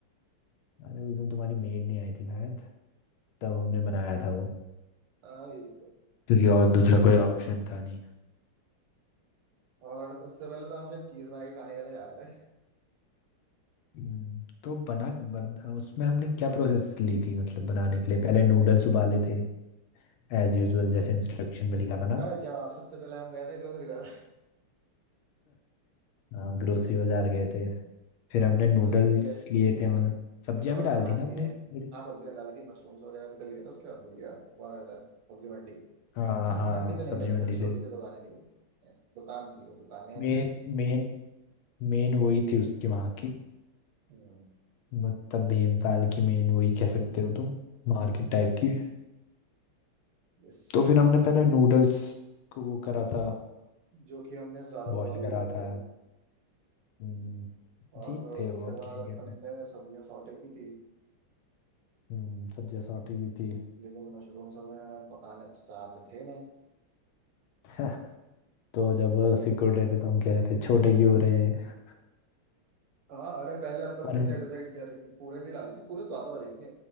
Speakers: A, on the left (about 75°); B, on the right (about 75°).
A: अरे उस दिन तुम्हारी मेड नहीं आई थी शायद तब हमने बनाया था वो
B: हाँ ये किया।
A: क्योंकि और दूसरा कोई ऑप्शन था नहीं
B: और उससे पहले तो हम जो चीज मार खाने के लिए जा रहे थे
A: हम्म, तो बना बन, उसमें हमने क्या प्रोसेस ली थी मतलब बनाने के लिए पहले नूडल्स उबाले थे एज यूजुअल जैसे इंस्ट्रक्शन में लिखा था ना
B: गलत जवाब सबसे पहले हम गए थे ग्रोसरी बाजार
A: हाँ ग्रोसरी बाजार गए थे फिर
B: हमने
A: हमने नूडल्स
B: नूडल्स लिए
A: लिए थे वहाँ सब्जियां
B: कुछ और
A: भी डाल
B: सामान
A: थी ना
B: लिए
A: हमने बड़ी
B: हाँ सब्जियां डाली थी मशरूम्स वगैरह भी तो लिए थे उसके बाद भूल गया वहाँ गया था सब्जी मंडी
A: हाँ हाँ
B: मंडी तो नहीं
A: सब्जी
B: कह सकता
A: मंडी
B: छोटी
A: से
B: सी दुकानें थी वो दुकान थी वो दुकानें अभी
A: मेन
B: नहीं थी
A: मेन मेन वही थी उसकी वहाँ की
B: हम्म
A: मतलब भीमताल की मेन वही कह सकते हो तुम मार्केट टाइप की
B: इस
A: तो फिर हमने पहले नूडल्स को वो करा था
B: जो कि हमने ज्यादा उबाल
A: बॉईल करा
B: दिए थे
A: था हम्म,
B: और
A: ठीक
B: फिर उसके
A: थे वो अब
B: बाद
A: क्या ही कहते
B: अपन
A: हैं
B: ने सब्जियां सॉटे की थी
A: हम्म, सब्जियां सॉटे की थी
B: लेकिन मशरूम्स हमें पकाने चाहते थे नहीं
A: <laughs> तो जब सिकुड़ रहे थे तो हम कह रहे थे छोटे क्यों हो रहे हैं
B: हाँ अरे पहले अपन
A: पर
B: ने क्या डिसाइड किया था कि पूरे नहीं डालेंगे पूरे ज्यादा हो जाएंगे